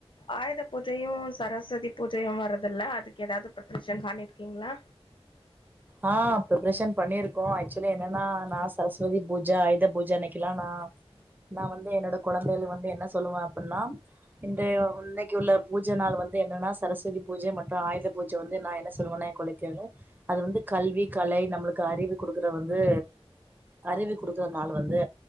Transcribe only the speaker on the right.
ஆ ப்பிருப்பரேஷன் பண்ணியிருக்கோம் ஆக்சுவலி என்னன்னா நா சரஸ்வதி பூஜை ஆயுத பூஜை அன்னைக்கல்லாம் நா நா வந்து என்னோட கொழந்தைள் வந்து என்ன சொல்லுவ அப்டின்னா இந்த இன்னைக்கு உள்ள பூஜை நாள் வந்து என்னன்னா சரஸ்வதி பூஜை மட்டு ஆயுத பூஜை வந்து நா என்ன சொல்லுவனா என் கொழைக் கேளு அது வந்து கல்வி கலை நம்ளுக்கு அறிவு குடுக்குற வந்து அறிவு குடுக்கறனால வந்து